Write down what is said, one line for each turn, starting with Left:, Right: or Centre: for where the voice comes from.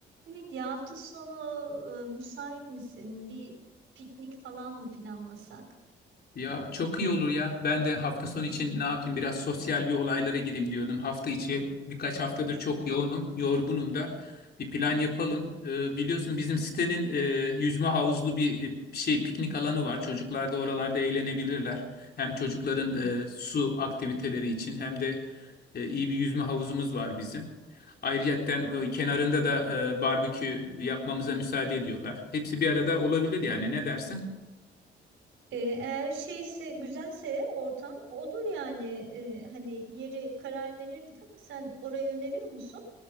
Right: Evet ya hafta sonu e, müsait misin? Bir piknik falan mı planlasak?
Left: Ya çok iyi olur ya. Ben de hafta sonu için ne yapayım biraz sosyal bir olaylara gireyim diyordum. Hafta içi birkaç haftadır çok yoğunum, yorgunum da. Bir plan yapalım. Ee, biliyorsun bizim sitenin e, yüzme havuzlu bir e, şey piknik alanı var. Çocuklar da oralarda eğlenebilirler. Hem çocukların e, su aktiviteleri için hem de e, iyi bir yüzme havuzumuz var bizim. Ayrıyetten e, kenarında da e, barbekü yapmamıza müsaade ediyorlar. Hepsi bir arada olabilir yani ne dersin?
Right: Ee, Eğer şeyse güzelse ortam olur yani Ee, hani yeri karar verirdik ama sen orayı öneriyor musun?